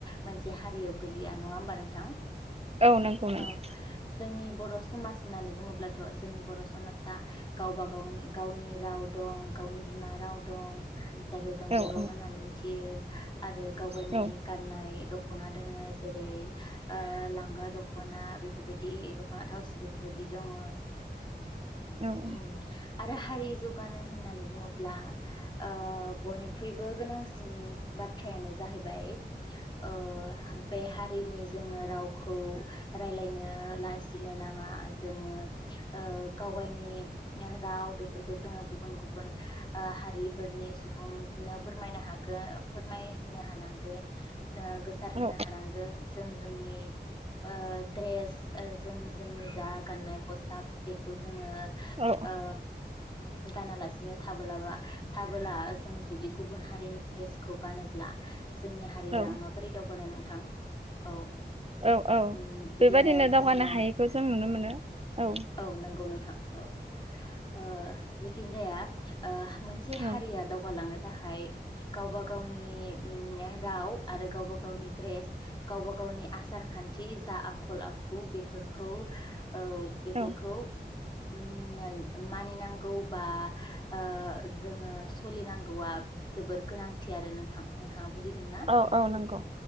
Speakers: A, on the left (about 25°); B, on the right (about 35°).
A: मोनसे हारियाव गोलैया नङा होमबा नोंथां
B: औ नंगौ नंगौ
A: औ जोंनि बर' समाज होन्नानै बुङोब्लाथ' जा गावबा गावनि गावनि राव दं गावनि बिमा राव दं। जायखौ जों
B: औ
A: बर'
B: औ
A: होननानै मिथि <unintelligible> आरो गावगायनि
B: औ
A: गाननाय दख'ना दोङो जेरै ओ लांगा दख'ना बेफोरबायदि दख'ना थावसि बेफोरबायदि दङ। ओ।
B: औ औ।
A: उम आरो हारि जौगानो होननानै बुङोब्ला ओ बयनिख्रुइबो गोनांसिन बाथ्रायानो जाहैबाय ओ बे हारिनि जोङो रावखौ रायलायनो लाजिनो नाङा जोङो। ओ गावगाय नि राव बे फोरखौ जोङो गुबुन गुबुन ओ हारिफोरनि सुबुंनो फोरमायनो हागोन फोरमायनो हानांगोन। ओ गोसारहोनो
B: औ
A: हानांगोन जों जोंनि ओ द्रेस ओ जों जोंनि जा गाननाय <unintelligible> साब बेखौ जोङो
B: औ
A: ओ गानालासिनो थाबोलाबा थाबोला जों जुदि गुबुन हारिनि ड्रेसखौ गानोब्ला जोंनि हारिया
B: औ
A: माबोरै दावगानाय नों नोंथां औ।
B: औ औ
A: उम बिदिनो
B: बेबादिनो
A: जोङो
B: दावगानो हायैखौ जों नुनो मोनो औ।
A: औ नंगौ नोंथां औ ओ जेखिनि जाया मोनसे हारिया
B: औ
A: दावगालांनो थाखाय गावबा- गावनि ओम राव आरो गावबा गावनि ड्रेस गावबा गावनि आसार खान्थि जा आखल आखु ओ बेफोरखौ ओ बेफोरखौ
B: औ
A: ओम मानिनांगौ बा ओ जोङो सोलिनांगौआ जोबोद गोनांथि आरो नोंथां नोंथाङा बुजिदोंना
B: औ औ नंगौ